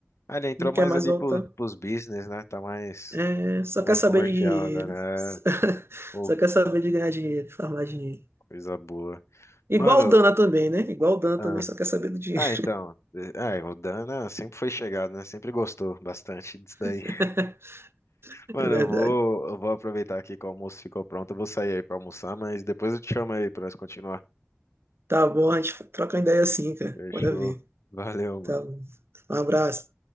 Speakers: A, on the left (about 80°); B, on the right (about 60°).
A: Ah, ele entrou
B: não quer
A: mais
B: mais
A: ali
B: voltar.
A: pros, pros business, né? Tá mais,
B: É, só
A: tá mais
B: quer saber
A: comercial
B: de dinheiro.
A: agora. É.
B: <laughs>
A: Pô,
B: Só quer saber de ganhar dinheiro, de farmar dinheiro.
A: coisa boa.
B: Igual
A: Mano,
B: o Dana também, né? Igual o Dana
A: ah,
B: também só quer saber do dinheiro.
A: ah, então. eh, Ah, o Dana sempre foi chegado, né? Sempre gostou bastante disso daí.
B: <laughs>
A: Mano,
B: É verdade.
A: eu vou, eu vou aproveitar aqui que o almoço ficou pronto. Eu vou sair aí pra almoçar, mas depois eu te chamo aí pra nós continuar.
B: Tá bom, a gente troca uma ideia assim, cara.
A: Fechou.
B: Bora ver.
A: Valeu, mano.
B: Tá bom. Um abraço.